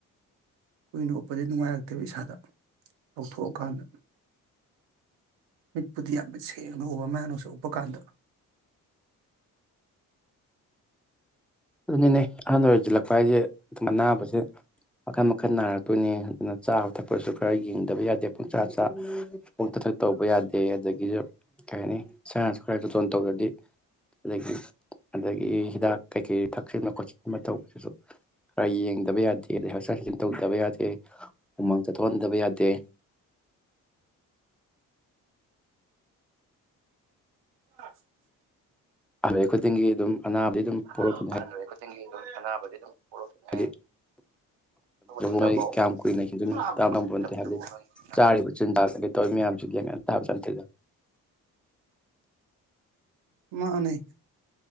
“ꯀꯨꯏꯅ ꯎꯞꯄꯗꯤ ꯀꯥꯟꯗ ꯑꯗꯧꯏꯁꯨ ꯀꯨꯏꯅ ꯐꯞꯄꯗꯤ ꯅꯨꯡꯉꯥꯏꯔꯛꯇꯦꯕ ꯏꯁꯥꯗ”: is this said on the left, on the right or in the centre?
Right